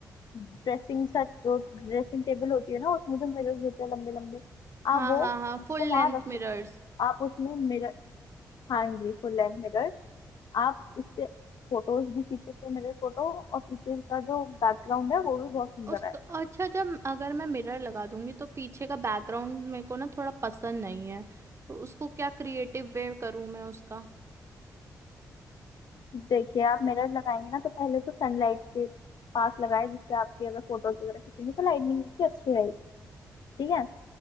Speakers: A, on the left; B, on the right.
A: ड्रेसिंग छत जो ड्रेसिंग टेबल होती है ना उसमें जो मिरर्स होते हैं लंबे लंबे
B: हाँ
A: आप वो
B: हाँ हाँ
A: उसको
B: फुल
A: वहां
B: लेंथ
A: रख सकते
B: मिरर्स
A: हैं आप उसमें मिरर हाँ जी फुल लेंथ मिरर्स आप उससे फोटोज भी खींच सकते हैं मिरर फोटो और पीछे का जो बैकग्राउंड है वो भी बहुत सुंदर
B: उसका
A: आएगा
B: अच्छा जब अगर मैं मिरर लगा दूंगी तो पीछे का बैकग्राउंड मेरे को ना थोड़ा पसंद नहीं है तो उसको क्या क्रिएटिव वे करूं मैं उसका
A: देखिए आप मिरर लगाएंगे ना तो पहले तो सनलाइट के पास लगाए जिससे आपकी अगर फोटोज वगैरह खींचेंगे तो लाइटनिंग उसकी अच्छी रहेगी ठीक है